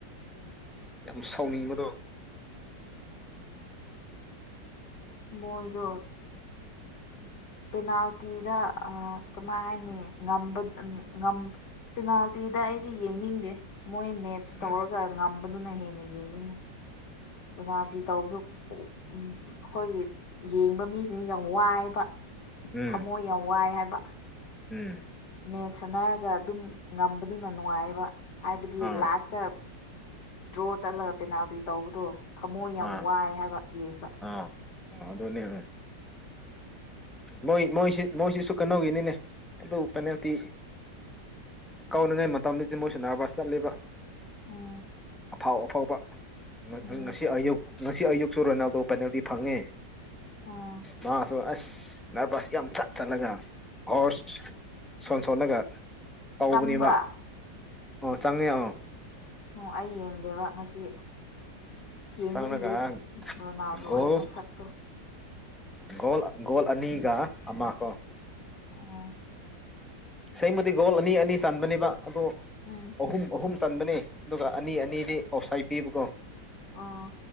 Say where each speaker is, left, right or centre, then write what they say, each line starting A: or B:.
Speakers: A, in the centre; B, on the left.
A: ꯌꯥꯝ ꯁꯥꯎꯅꯤꯡꯕꯗꯣ꯫
B: ꯃꯣꯏꯗꯣ
A: <inaudible>
B: ꯄꯦꯅꯥꯜꯇꯤꯗ ꯀꯃꯥꯏ ꯍꯥꯏꯅꯤ ꯉꯝꯕ ꯉꯝ ꯄꯦꯅꯥꯜꯇꯤꯗ ꯑꯩꯗꯤ ꯌꯦꯡꯅꯤꯡꯗꯦ ꯃꯣꯏ ꯃꯦꯠꯁ
A: ꯎꯝ
B: ꯇꯧꯔꯒ ꯉꯝꯕꯗꯨꯅ ꯍꯦꯟꯅ ꯌꯦꯡꯅꯤꯡꯉꯦ꯫ ꯄꯦꯅꯥꯜꯇꯤ ꯇꯧꯕꯗꯨ ꯑꯣ ꯎꯝ ꯎꯝ ꯑꯈꯣꯏꯒꯤ ꯌꯦꯡꯕ ꯃꯤꯁꯤꯡꯗꯤ ꯌꯥꯝ ꯋꯥꯏꯕ
A: ꯎꯝ
B: ꯊꯝꯃꯣꯏ ꯌꯥꯝ ꯋꯥꯏ ꯍꯥꯏꯕ
A: ꯎꯝ
B: ꯃꯦꯠ ꯁꯥꯟꯅꯔꯒ ꯑꯗꯨꯝ ꯉꯝꯕꯗꯨꯅ ꯅꯨꯡꯉꯥꯏꯌꯦꯕ ꯍꯥꯏꯕꯗꯤ
A: ꯑꯥ
B: ꯂꯥꯁꯇ ꯗ꯭ꯔꯣ ꯆꯠꯂꯒ ꯄꯦꯅꯥꯜꯇꯤ ꯇꯧꯕꯗꯣ ꯊꯝꯃꯣꯏ ꯌꯥꯝ
A: ꯑꯥ
B: ꯋꯥꯏ ꯍꯥꯏꯕ ꯌꯦꯡꯕ
A: ꯑꯥ ꯑꯣ ꯑꯗꯨꯅꯦꯃꯦ ꯃꯣꯏ ꯃꯣꯏꯁꯤ ꯃꯣꯏꯁꯤꯁꯨ ꯀꯩꯅꯣꯒꯤꯅꯤꯅꯦ ꯑꯗꯨ ꯄꯦꯅꯥꯜꯇꯤ ꯀꯥꯎꯅꯤꯉꯥꯢ ꯃꯇꯝꯗꯗꯤ ꯃꯣꯏꯁꯨ ꯅꯥꯔꯕꯁ ꯆꯠꯂꯦꯕ
B: ꯎꯝ
A: ꯑꯐꯥꯎ ꯑꯐꯥꯎꯕ
B: ꯎꯝ
A: ꯉꯁꯤ ꯑꯌꯨꯛ ꯉꯁꯤ ꯑꯌꯨꯛꯁꯨ ꯔꯣꯅꯥꯜꯗꯣ ꯄꯦꯅꯥꯜꯇꯤ ꯐꯪꯉꯦ
B: ꯎꯝ
A: ꯃꯥ ꯑꯣ ꯑꯁ ꯅꯔꯚꯁ ꯌꯥꯝ ꯆꯠ ꯆꯠꯂꯒ ꯑꯣꯁ ꯁꯣꯟ ꯁꯣꯜꯂꯒ ꯀꯧꯕꯅꯤꯕ
B: ꯆꯪꯕ꯭ꯔꯥ
A: ꯑꯣ ꯆꯪꯉꯦꯌꯥꯎ
B: ꯑꯣ ꯑꯩ ꯌꯦꯡꯗꯦꯕ ꯉꯁꯤ ꯌꯦꯡꯅꯤꯡꯗꯦ
A: ꯆꯪꯉꯒ
B: ꯔꯣꯅꯥꯜꯗꯣ
A: ꯒꯣꯜ
B: ꯑꯩꯅ ꯁꯛꯇꯦ
A: ꯒꯣꯜ ꯒꯣꯜ ꯑꯅꯤꯒ ꯑꯃ ꯀꯣ
B: ꯎꯝ
A: ꯁꯦꯡꯕꯗꯤ ꯒꯣꯜ ꯑꯅꯤ ꯑꯅꯤ ꯆꯟꯕꯅꯦꯕ ꯑꯗꯣ
B: ꯎꯝ
A: ꯑꯍꯨꯝ ꯑꯍꯨꯝ ꯆꯟꯕꯅꯦ ꯑꯗꯨꯒ ꯑꯅꯤ ꯑꯅꯤꯗꯤ ꯑꯣꯐꯁꯥꯏꯠ ꯄꯤꯕꯀꯣ
B: ꯑꯥ